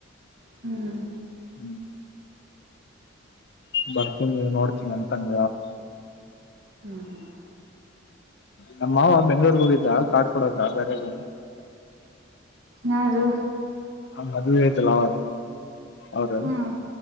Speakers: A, on the right; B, on the left.
A: ಹ್ಮ್
B: ಹ್ಮ್ ಬರ್ತನಿ ನೋಡ್ತೀನಿ ಅಂತಂದ
A: ಹ್ಮ್ ಹ್ಮ್
B: ನಮ್ಮ ಮಾವ ಬೆಂಗಳೂರಿಗೆ ಹೋಗಿದ್ದ ಕಾರ್ಡ್ ಕೊಡಾಕ ಬೇರೆದ್
A: ಯಾರು
B: ಮದುವೆ ಆಯ್ತಲ್ಲ ಅವ ಅವರು
A: ಹ್ಮ